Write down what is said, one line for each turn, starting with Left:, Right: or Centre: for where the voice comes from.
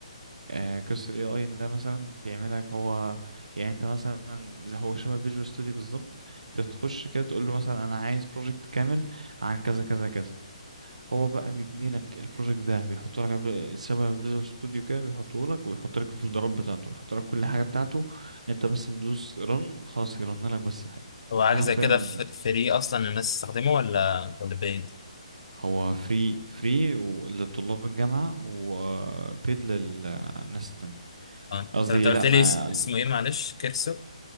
Right: آه، قصة ال AI ده مثلا بيعملك هو يعني انت مثلا زي هو شبه فيجوال ستوديو بالظبط انت تخش كده تقول له مثلا انا عايز بروجكت كامل عن كذا كذا كذا هو بقى بيبني لك البروجكت ده بيحط لك في- شبه فيجوال ستوديو كده بيحطه لك ويحط لك الفولدرات بتاعته ويحط لك كل حاجة بتاعته انت بس بتدوس رن خلاص يرن لك بس الحاجة
Left: هو حاجة
Right: ده حرفيا
Left: زي كده
Right: اللي بي-
Left: فري أصلا الناس تستخدمه ولا ولا بيد؟
Right: هو فري فري لطلاب الجامعة وبيد للناس التانية
Left: اه
Right: قصدي
Left: طب أنت قلت
Right: لا ما
Left: لي اس- اسمه إيه معلش؟ كيرسو؟